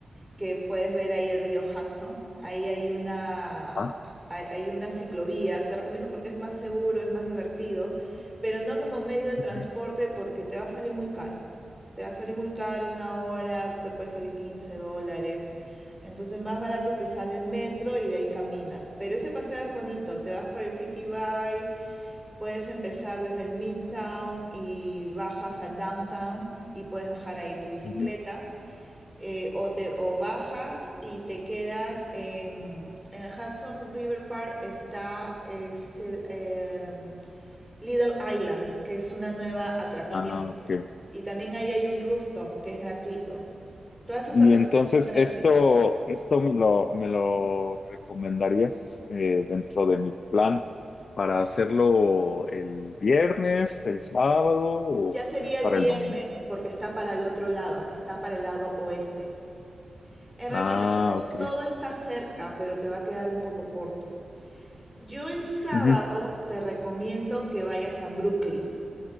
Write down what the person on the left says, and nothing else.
Ajá.
Ujú,
ujú.
Ah, ok.
Y
entonces
esto, esto me lo, me lo recomendarías eh, dentro de mi plan para hacerlo el viernes, el sábado o
ya
para
el domingo.
Ah,
ok.
Ujú,